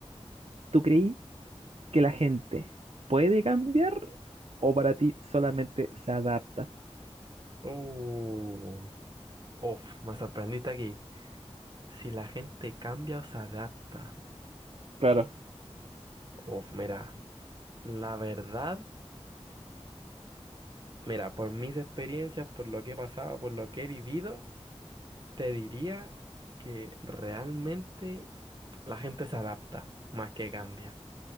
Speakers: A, on the right; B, on the right.
A: ¿Tú creí? que la gente puede cambiar o para ti solamente se adapta?
B: Uh, uf, me sorprendiste aquí. Si la gente cambia o se adapta.
A: Claro.
B: Uf, mira, la verdad, mira, por mis experiencias, por lo que he pasado, por lo que he vivido, te diría que realmente la gente se adapta más que cambia.